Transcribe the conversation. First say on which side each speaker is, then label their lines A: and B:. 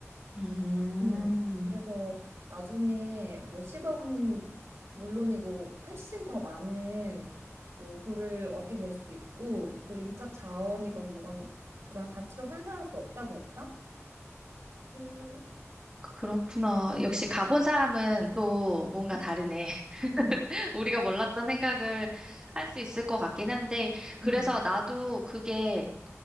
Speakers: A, on the right (about 15°); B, on the right (about 70°).
A: 음,
B: 음, 그래서 나중에 뭐 10억은 물론이고 훨씬 더 많은 또 부를 얻게 될 수 있고 그 인적 자원이건 뭐건 그건 가치로 환산할 수 없다고 했다? 그,
A: 그렇구나. 역시 가본 사람은 또 뭔가
B: 그치.
A: 다르네.
B: 음,
A: <laughs> 우리가 몰랐던 생각을 할 수 있을 것 같긴 한데, 그래서
B: 음,
A: 나도 그게